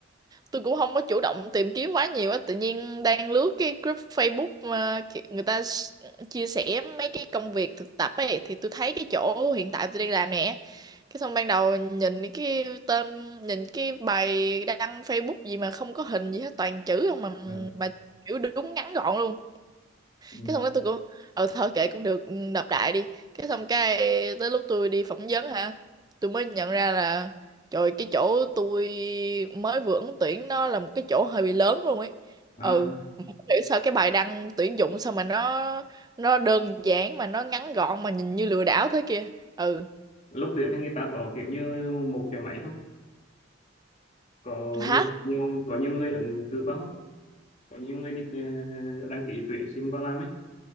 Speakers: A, on the right; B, on the left.
A: tôi cũng không có chủ động tìm kiếm quá nhiều á tự nhiên đang lướt cái group Facebook mà ki- người ta s- chia sẻ mấy cái công việc thực tập ấy thì tôi thấy cái chỗ hiện tại tôi đang làm nè cái xong ban đầu nhìn cái tên nhìn cái bài đăng Facebook gì mà không có hình gì hết toàn chữ không mà
B: à,
A: mà kiểu đúng ngắn gọn luôn
B: ừ.
A: cái xong cái tôi cũng ờ thôi kệ cũng được ừ, nộp đại đi cái xong cái tới lúc tôi đi phỏng vấn hả tôi mới nhận ra là trời cái chỗ tôi mới vừa ứng tuyển nó là một cái chỗ hơi bị lớn luôn ấy
B: à,
A: ừ mà không hiểu sao cái bài đăng tuyển dụng sao mà nó nó đơn giản mà nó ngắn gọn mà nhìn như lừa đảo thế kia ừ
B: lúc tuyển thì người ta có kiểu như một cái máy không có
A: hả
B: người nhiều có nhiều người ứng cử vào không có nhiều người đi ờ, đăng ký tuyển sinh vào làm ấy